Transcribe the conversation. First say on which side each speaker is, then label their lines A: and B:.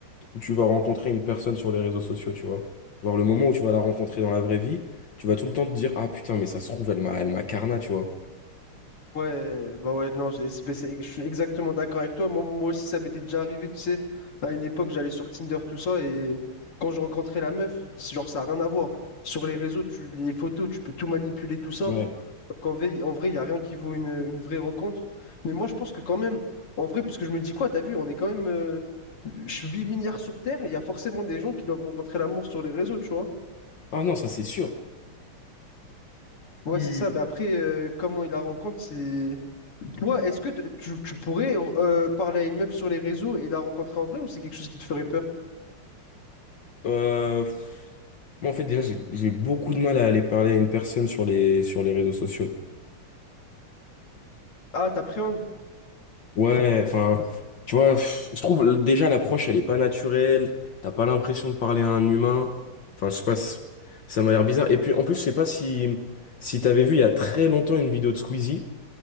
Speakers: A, on the left; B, on the left.
A: où tu vas rencontrer une personne sur les réseaux sociaux, tu vois. Genre le moment où tu vas la rencontrer dans la vraie vie, tu vas tout le temps te dire ah putain mais ça se trouve elle m'a elle m'a carna, tu vois.
B: Ouais, bah ouais, non, j'ai- c'est- c'est- je suis exactement d'accord avec toi. Moi, moi aussi, ça m'était déjà arrivé, tu sais, à une époque, j'allais sur Tinder, tout ça, et quand je rencontrais la meuf, genre, ça n'a rien à voir. Sur les réseaux, tu, les photos, tu peux tout manipuler, tout ça.
A: Ouais.
B: Donc, en vrai, en vrai, il n'y a rien qui vaut une, une vraie rencontre. Mais moi, je pense que quand même, en vrai, parce que je me dis quoi, t'as vu, on est quand même euh, 8 milliards sur Terre, et il y a forcément des gens qui doivent rencontrer l'amour sur les réseaux, tu vois.
A: Ah non, ça c'est sûr.
B: Ouais,
A: Tu-
B: c'est ça, mais après, euh, comment il la rencontre, c'est... Toi, est-ce que t- tu, tu pourrais euh, parler à une meuf sur les réseaux et la rencontrer en vrai ou c'est quelque chose qui te ferait peur?
A: euh, pff, moi en fait déjà j'ai j'ai beaucoup de mal à aller parler à une personne sur les sur les réseaux sociaux.
B: Ah, t'appréhendes?
A: Ouais, enfin, tu vois, pff, je trouve l- déjà l'approche, elle est pas naturelle. T'as pas l'impression de parler à un humain. Enfin, je sais pas, c- ça m'a l'air bizarre. Et puis, en plus, je sais pas si, si t'avais vu il y a très longtemps une vidéo de Squeezie